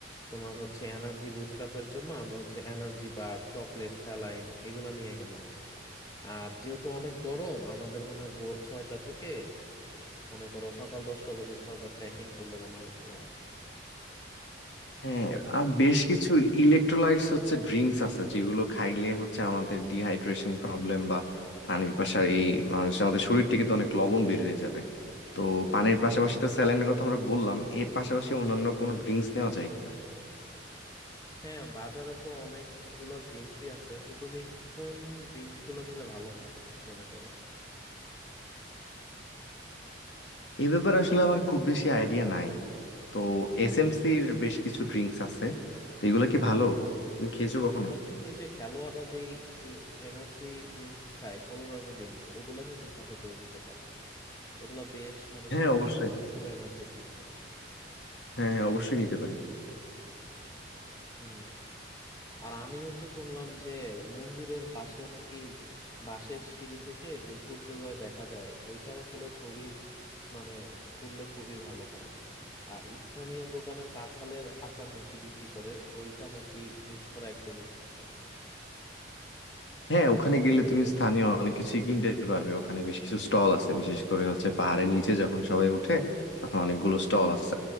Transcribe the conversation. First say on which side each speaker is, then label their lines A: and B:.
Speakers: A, on the left; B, on the left.
A: তোমার হচ্ছে এনার্জি বুস্ট আপের জন্য আমরা হচ্ছে এনার্জি বার চকলেট স্যালাইন এগুলা নিয়ে গেলাম আর যেহেতু অনেক গরম আমাদের মনে হয় ভোর ছয়টা থেকে মনে করো সকাল দশটা পর্যন্ত আমরা ট্রেকিং করলে মনে হয় ভালো হয়
B: হ্যাঁ
A: কি বলো
B: আর বেশ কিছু ইলেকট্রোলাইটস হচ্ছে ড্রিঙ্কস আছে যেগুলো খাইলে হচ্ছে আমাদের ডিহাইড্রেশন প্রবলেম বা পানি পিপাসার এই আহ, আমাদের শরীর থেকে তো অনেক লবণ বের হয়ে যাবে তো পানির পাশাপাশি তো স্যালাইনের কথা আমরা বললাম এর পাশাপাশি অন্যান্য কোনো ড্রিঙ্কস নেওয়া যায় কিনা
A: হ্যাঁ বাজারে তো অনেকগুলা ড্রিঙ্কসই আছে তো তুমি কোন ড্রিঙ্কস গুলো নিলে ভালো হয় মনে করো
B: এই ব্যাপারে আসলে আমার খুব বেশি আইডিয়া নাই তো এসএমসির বেশ কিছু ড্রিঙ্কস আছে তো এগুলো কি ভালো তুমি খেয়েছো কখনো
A: আমরা কিন্তু ওই যে খেলোয়াড়রা যেই এনার্জি ড্রিঙ্কস খায় কলোরাডো ড্রিঙ্কস ওগুলা কিন্তু সাথে করে নিতে পারি ওগুলা বেশ মানে
B: হ্যাঁ
A: শক্তিদায়ক
B: অবশ্যই
A: খুব এনার্জেটিক
B: হ্যাঁ হ্যাঁ অবশ্যই নিতে পারি
A: হুম আর আমি হচ্ছে শুনলাম যে মন্দিরের পাশে নাকি বাঁশের সিঁড়ি থেকে যে সূর্যোদয় দেখা যায় ওইটার আসলে ছবি মানে তুললে খুবই ভালো হয় আর স্থানীয় দোকানের কাঁঠালের আচার নাকি বিক্রি করে ওইটা নাকি মিস করা একদমই ঠিক না
B: হ্যাঁ ওখানে গেলে তুমি স্থানীয় অনেক কিছুই কিনতে পারবে ওখানে বেশ কিছু স্টল আছে বিশেষ করে হচ্ছে পাহাড়ের নিচে যখন সবাই উঠে তখন অনেকগুলো স্টল আছে